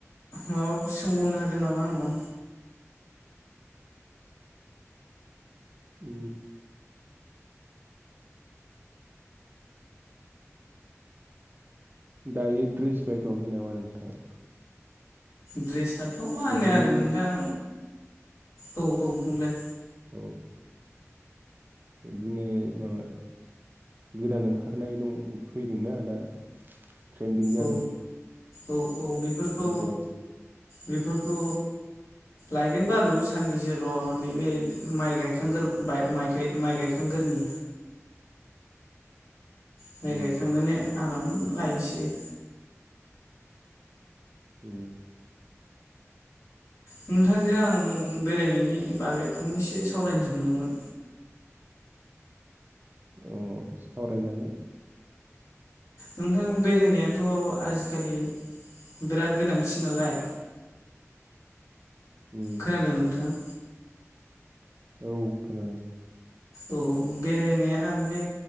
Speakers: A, on the left (about 80°); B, on the right (about 40°).
A: माबाफोर सोंबावनो हागोन नामा आंनाव
B: ओ दायो द्रेस बायथ'वाखै नामा नोंथाङा
A: ड्रेसआ थ मा होननो
B: बिदिनो
A: आरो नोंथां औ औ बुंलाय
B: औ बिदिनो माबा गोदान ओंखारनाय दं फैदोंना दा ट्रेन्दिं जानाय
A: औ औ औ औ बेफोरखौ
B: ड्रेस
A: बेफोरखौ लायगोन बारु साननैसोल' नै बे माइ गायखांगोर बाय माइ गायखांगोरनि माइ
B: उम
A: गायखांनानै आराम लायसै
B: उम
A: नोंथांजों आं बेरायनायनि बागै फंनैसो सावरायनो सानदोंमोन
B: अ सावरायजागोन
A: नोंथां बेरायनायाथ' आजिखालि बेराद गोनांथि नालाय
B: उम
A: खोनादों नोंथाङां
B: औ खोनादों
A: औ बेरायनाया माने